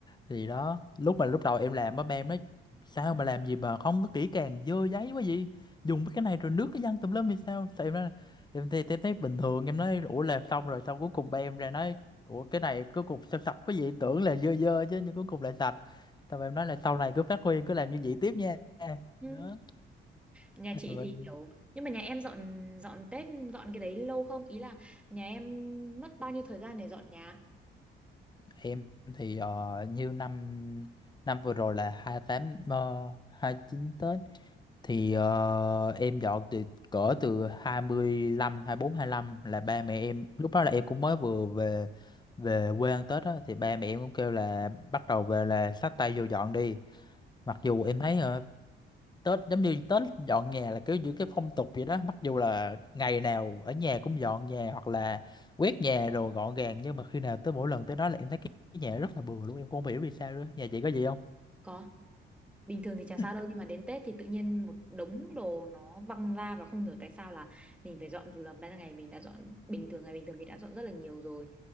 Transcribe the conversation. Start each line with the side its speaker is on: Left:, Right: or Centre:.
Left: thì đó lúc mà lúc đầu em làm á ba em nói sao mà làm gì mà không có kỹ càng dơ giấy quá gì dùng cái này rồi nước cái văng tùm lum thì sao thì em nói là, em thì em thấy bình thường em nói ủa làm xong rồi xong cuối cùng ba em ra nói ủa cái này cuối cùng sao sạch quá vậy tưởng là dơ dơ chứ nhưng cuối cùng lại sạch xong em nói là sau này cứ phát huy cứ làm như vậy tiếp nha
Centre: Ừ.
Left: đó
Centre: Nhà chị
Left: Mình
Centre: thì kiểu nhưng mà nhà em dọn dọn Tết dọn cái đấy lâu không? Ý là nhà em mất bao nhiêu thời gian để dọn nhà?
Left: Em thì ờ, như năm năm vừa rồi là hai tám uh, hai chín Tết thì ờ, em dọn từ cỡ từ 25 24 lăm là ba mẹ em lúc đó là em cũng mới vừa về về quê ăn Tết á thì ba mẹ em cũng kêu là bắt đầu về là xách tay vô dọn đi. Mặc dù em thấy ờ, Tết giống như Tết dọn nhà là kiểu như cái phong tục vậy đó mặc dù là ngày nào ở nhà cũng dọn nhà hoặc là quét nhà rồi gọn gàng nhưng mà khi nào tới mỗi lần tới đó là em thấy cái, cái nhà rất là bừa luôn em cũng không hiểu vì sao nữa nhà chị có gì không
Centre: Có. bình thường thì chả sao
Left: <laughs>
Centre: đâu nhưng mà đến Tết thì tự nhiên một đống đồ nó văng ra và không hiểu tại sao là mình phải dọn dù là ban ngày mình đã dọn bình thường ngày bình thường mình đã dọn rất là nhiều rồi